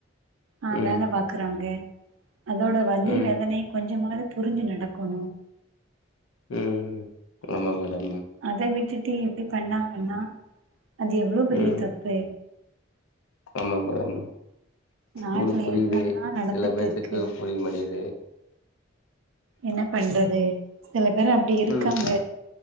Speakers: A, on the right (about 80°); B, on the left (about 80°).
A: ஆஹ்
B: ம்
A: வேலப் பாக்குறாங்க அதோட வந்தி
B: ம்
A: வேதனைக் கொஞ்சமாது புரிஞ்சு நடக்கோணும்
B: உஹம் ஆம்மா மேடம்
A: அத விட்டுட் எப்டி இப்டி பண்ணாங்கன்னா அது எவ்ளோ பெரிய
B: உம்
A: தப்பு
B: ஆமாங் மேடம்
A: நாட்டுல
B: உங்ளுக்கு புரியுது
A: என்னல்லா நடந்துட்டு
B: சில பேத்துக்குப்
A: இருக்கு
B: புரிய் மாட்டிங்குது
A: என்னப் பண்றது சில பேரு அப்டி இருக்காங்க
B: ம்